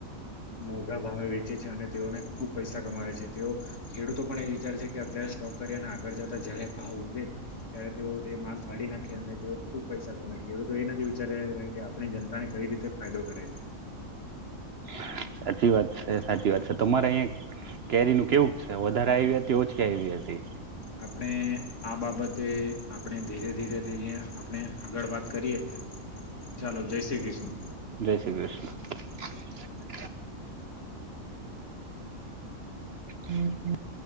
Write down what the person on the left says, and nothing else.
મોઘા ભાવે છે અને તેઓને ખુબ પૈસા કમાવે છે તેઓ ખેડૂતો પણ એ વિચાર છે કે અત્યારે સ્ટોક કરી અને આગળ જતા જયારે ભાવ વધે ત્યારે તેઓ તે માલ કાઢી નાખે અને તેઓ ખુબ પૈસા કમાય ખેડૂત તો એ નથી વિચારી કે આપણી જનતાને કઈ રીતે ફાયદો કરાવી
આપણે આ બાબતે આપણે ધીરે ધીરે આપણે આગળ વાત કરીએ ચાલો જય શ્રી કૃષ્ણ